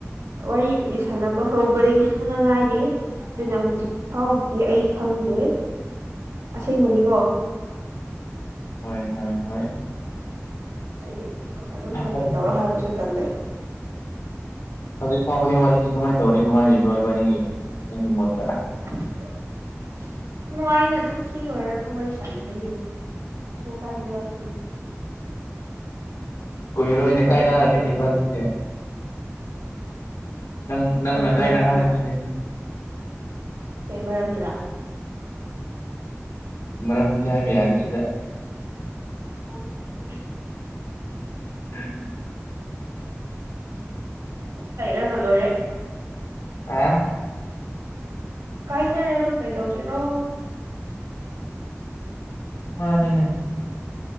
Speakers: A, on the right; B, on the left.
A: ꯋꯥꯔꯤꯕꯨꯗꯤ ꯁꯥꯟꯅꯕ ꯍꯧꯕꯗꯒꯤ ꯅꯪꯅ ꯉꯥꯏꯔꯤ ꯑꯗꯨꯅ ꯍꯧꯖꯤꯛ ꯐꯥꯎꯒꯤꯗꯤ ꯑꯩ ꯈꯪꯗꯦ ꯑꯁꯦꯡꯕꯅꯤꯀꯣ
B: ꯍꯣꯏ ꯍꯣꯏ ꯍ
A: ꯍꯥꯏꯗꯤ ꯑꯗꯨꯝ ꯐꯒꯤ
B: ꯑꯗꯨ
A: ꯇꯧꯔ ꯍꯥꯏꯕꯁꯨ ꯇꯜꯂꯦ
B: ꯍꯧꯖꯤꯛ ꯐꯥꯎꯕꯗꯤ ꯋꯥꯔꯤꯁꯤ ꯀꯃꯥꯏꯅ ꯇꯧꯔꯤ ꯅꯨꯡꯉꯥꯏꯔꯤꯕ꯭ꯔꯣ ꯏꯕꯥꯅꯤꯒꯤ ꯅꯪꯒꯤ ꯃꯣꯠꯇ
A: ꯃ <unintelligible> ꯑꯗꯨꯝ ꯐ꯭ꯔꯤ ꯑꯣꯏꯔ ꯑꯗꯨꯝ ꯋꯥꯔꯤ ꯁꯥꯟꯅꯒꯗꯤ ꯀꯩꯁꯨ ꯀꯥꯏꯕ ꯌꯥꯎꯗꯦ
B: ꯀꯨꯏ ꯔꯣꯏꯅꯦ
A: ꯑꯗꯨꯝ
B: ꯀꯥꯏꯅ
A: ꯐ꯭ꯔꯤ
B: ꯍꯥꯏꯅꯤꯕꯅꯤꯁ
A: ꯑꯣꯏꯕ
B: ꯅꯪ ꯅꯪꯅ
A: ꯀꯔꯤ ꯃꯔꯝꯒꯤꯔ
B: ꯀꯥꯏꯅꯍꯜꯂꯅꯤꯅꯦ
A: ꯀꯩ ꯃꯔꯝꯒꯤꯔ <unintelligible>
B: ꯃꯔꯝꯗꯤ ꯍꯥꯏꯕ ꯌꯥꯗꯦ ꯁꯤꯗ
A: ꯑꯣ ꯎ <inaudible>
B: ꯎꯝ
A: ꯀꯩꯩꯅꯅꯂꯣꯔꯦ <inaudible>
B: ꯍꯥ
A: ꯀꯥꯏꯅꯦꯔꯒ ꯀꯩ ꯇꯧꯗꯣꯏꯅꯣ
B: ꯃꯥꯅꯤꯅꯦ